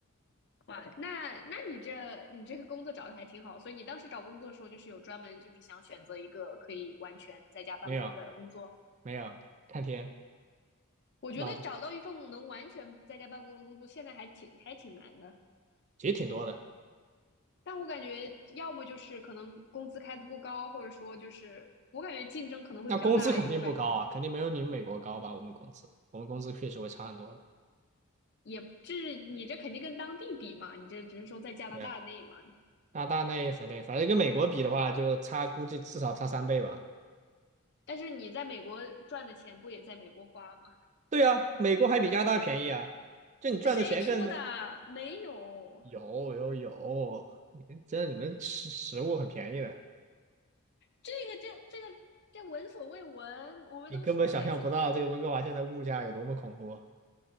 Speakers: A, on the left; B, on the right.
A: 哇，那那你这你这个工作找的还挺好，所以你当时找工作的时候，就是有专门就是想选择一个可以完全在家办公的工作。
B: 没有没有看天。
A: 我觉得找到一份能完全在家办公的工作，
B: 老
A: 现在还挺还挺难的。
B: 其实挺多的。
A: 但我感觉，要么就是可能工资开的不高，或者说就是我感觉竞争可能会比较大，
B: 那工资肯定不高啊，
A: 因为我感觉
B: 肯定没有你们美国高吧？我们工资，我们工资确实会差很多的。
A: 也这你这肯定跟当地比嘛，你这只是说在加拿大内嘛，
B: 对，那大内反对，反正跟美国比的话，就差估计至少差三倍吧。
A: 但是你在美国赚的钱不也在美国花吗？
B: 对啊，美国还比加拿大便宜啊，就你赚的钱更多。
A: 谁说的？没有，
B: 有有有，你们真的你们食食物很便宜的，
A: 这个这这个这闻所未闻，我们都说每次
B: 你根本想象不到这个温哥华现在物价有多么恐怖，